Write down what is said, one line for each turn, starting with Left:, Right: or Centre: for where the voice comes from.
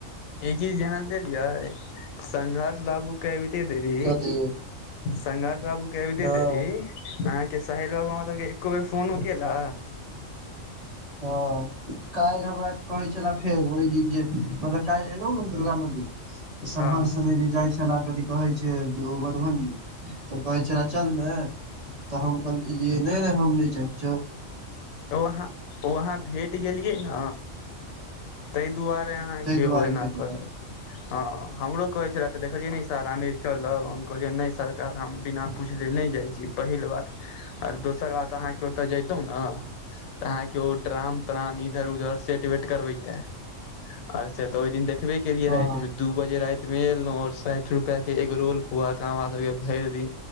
Left: ई चीज ध्यान देलियै संघर्ष बाबू के अबिते देरी
Right: कथी
Left: संघर्ष बाबू के अबिते
Right: हँ
Left: देरी अहाँ के साहिल बाबू हमासके एको बेर फोन केेला
Right: हँ काल्हि हमरा कहै छले फेर ओहि दिन जे मतलब काल्हि एलहु ने दुर्गा मदिर सब
Left: हँ
Right: हर सने जे जाइ छले कथी कहै छै मधुबनी तऽ कहै छले चलमे तऽ हम कहलियनि नहि नहि हम नहि जेब
Left: वहाँ वहाँ भेट गेलियै ने तहि दुआरे अहाँके
Right: ताहि दुआरे
Left: ओ एना
Right: कहि देलक।
Left: करत हँ हमरो कहै छलै तऽ देखलियै नै इसारा मे जे चलब हम कहलियै नहि सर सरकार हम बिना पूछले नहि जाय छी पहिल बात आओर दोसर बात त अहाँ के ओते जैतौं ने त अहाँ के ओ ड्राम त्राम इधर उधर सेट वेट करबे आर से तऽ ओहि दिन देखबे केलियै
Right: हँ
Left: राति मे दू बजे राति मे एलहुँ ओर साइट रुपैया के एगरोल खुआ क हमरा सबके भरि दिन